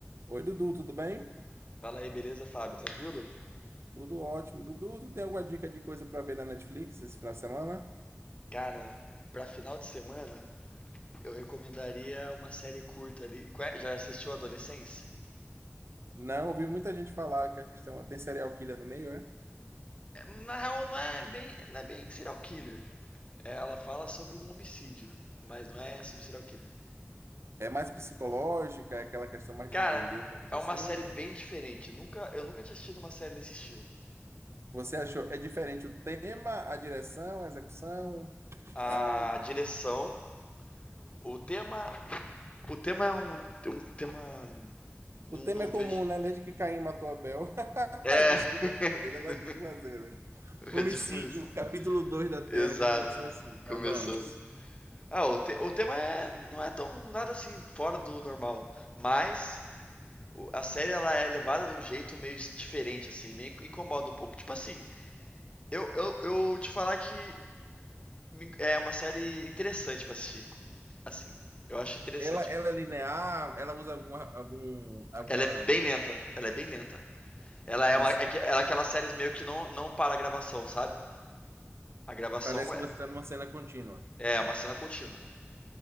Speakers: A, on the right; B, on the left.
A: Oi, Dudu, tudo bem?
B: Fala aí, beleza, Fábio? Tranquilo?
A: Tudo ótimo. Dudu, tu tem alguma dica de coisa para ver na Netflix esse final de semana?
B: Cara, pra final de semana, eu recomendaria uma série curta ali. Qual é? Já assistiu Adolescência?
A: Não, ouvi muita gente falar que a questão tem serial killer no meio, é?
B: É, Na real, não é bem, não é bem serial killer. É, Ela fala sobre um homicídio, mas não é sobre serial killer.
A: É mais psicológica, é aquela questão mais
B: Cara,
A: de entender o que aconteceu.
B: é uma série bem diferente. Nunca, eu nunca tinha assistido uma série desse estilo.
A: Você achou? É diferente o tema, a direção, a execução?
B: A
A: Ah,
B: direção, o tema, o tema é um, um tema não,
A: o tema
B: não
A: é comum,
B: vejo.
A: né? Desde que Caim matou Abel. <laughs>
B: É,
A: Desculpa,
B: <laughs>
A: brincadeira, vai ter que fazer, né? Homicídio,
B: é tipo isso.
A: capítulo 2 da Terra,
B: Exato.
A: já começou assim,
B: Começou.
A: mas vamos.
B: Ah, o, te- o tema é, não é tão nada assim fora do normal, mas o- a série ela é levada de um jeito meio s- diferente assim, me inc- incomoda um pouco. Tipo assim, eu, eu, eu te falar que me- inc- é uma série interessante pra assistir, co- assim. Eu acho interessante.
A: Ela, ela é linear? Ela usa alguma, algum, alguma
B: Ela é bem lenta, ela é bem lenta. Ela é
A: Você...
B: uma é que- ela é aquelas séries meio que não não para a gravação, sabe? A gravação
A: Parece
B: é
A: que você está numa cena contínua.
B: é uma cena contínua,